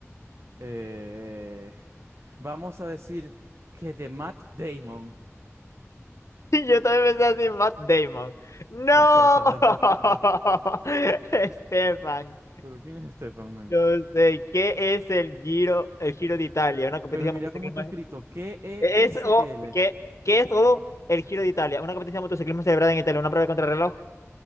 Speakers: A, on the right (about 60°); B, on the left (about 75°).
A: Eh, vamos a decir que de Matt Damon.
B: Y <laughs> yo también pensé así, Matt Damon. ¡No!
A: <laughs>
B: <laughs> Estefan.
A: Pero ¿quién es Stefan man?
B: No sé, ¿qué es el Giro, el Giro de Italia? Una competición
A: Pero mira
B: motociclismo.
A: cómo está escrito. K E
B: Es,
A: S
B: o,
A: L
B: ¿qué, qué es todo el Giro de Italia? Una competencia de motociclismo celebrada en Italia, una prueba de contrarreloj.